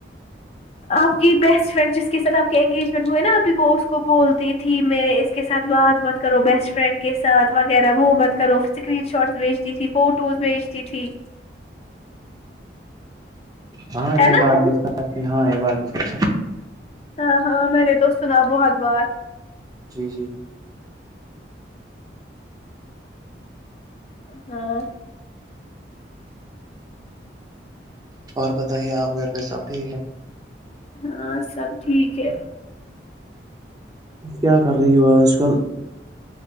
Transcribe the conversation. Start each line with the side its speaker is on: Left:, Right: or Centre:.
Left: آپ کی بیسٹ فرینڈ جس کے ساتھ آپ کے انگیجمنٹ ہوئے نا ابھی وہ کو بولتی تھی میں اس کے ساتھ بات مت کرو بیسٹ فرینڈ کے ساتھ وغیرہ وہ مت کرو اسکرین شاٹس بھیجتی تھی فوٹوز بھیجتی تھی
Right: ہاں
Left: ہے
Right: یہ
Left: نا
Right: بات بھی صحیح ہاں یہ بات بھی صحیح
Left: ہاں ہاں میں نے تو سنا بہت بار
Right: جی جی
Left: ہاں
Right: اور بتائیے آپ گھر پہ سب ٹھیک ہے
Left: ہاں سب ٹھیک ہے
Right: کیا کر رہی ہو آج کل